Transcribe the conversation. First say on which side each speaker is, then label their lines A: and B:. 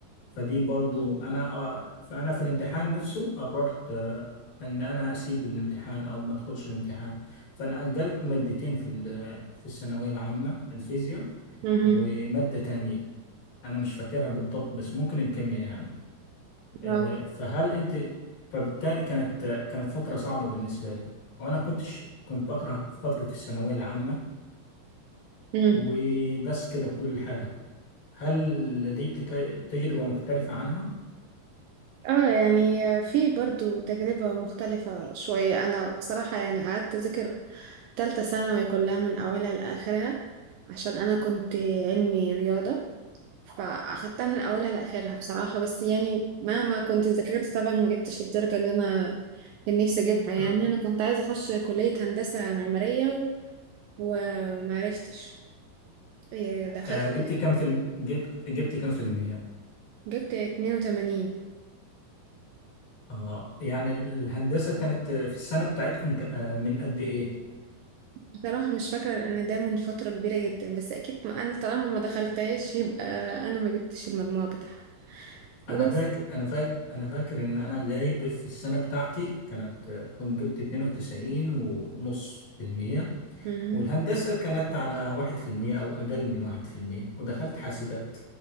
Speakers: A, on the left; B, on the right.
A: فدي برضو انا آه، فانا في الامتحان نفسه قررت آه، ان انا اسيب الامتحان او ما ادخلش الامتحان فانا اجلت مادتين في ال- في الثانوية العامة الفيزياء
B: مم، مم،
A: ومادة تانية انا مش فاكرها بالضبط بس ممكن الكيمياء يعني آه،
B: واو،
A: فهل انت فبالتالي كانت كانت فترة صعبة بالنسبة لي وانا كنتش كنت بكره فترة الثانوية العامة
B: مم.
A: وبس كده كل حاجة هل لديك ت- تجربة مختلفة عنها؟
B: اه يعني في برضو تجربة مختلفة شوية أنا بصراحة يعني قعدت أذاكر تالتة ثانوي كلها من أولها لآخرها عشان أنا كنت علمي رياضة فاخدتها من اولها لاخرها بصراحه بس يعني مهما كنت ذاكرت طبعا ما جبتش الدرجه اللي انا كان نفسي اجيبها يعني
A: آه.
B: انا كنت عايزه اخش كليه هندسه معماريه وما عرفتش إيه، دخلت
A: آه، جبت كام في الم... جبت جبت كام في المية؟
B: جبت 82
A: اه يعني الهندسة كانت في السنة بتاعتكم ك... آه، من قد ايه؟
B: بصراحه مش فاكره لان ده من فتره كبيره جدا بس اكيد ما انا طالما ما دخلتهاش يبقى انا ما جبتش المجموع بتاعها وبس
A: انا فاكر انا فاكر انا فاكر ان انا جايب في السنة بتاعتي كانت آه، كنت جبت 92 ونص في المية
B: مهم.
A: والهندسة كانت على واحد في المية او اقل من واحد في المية ودخلت حاسبات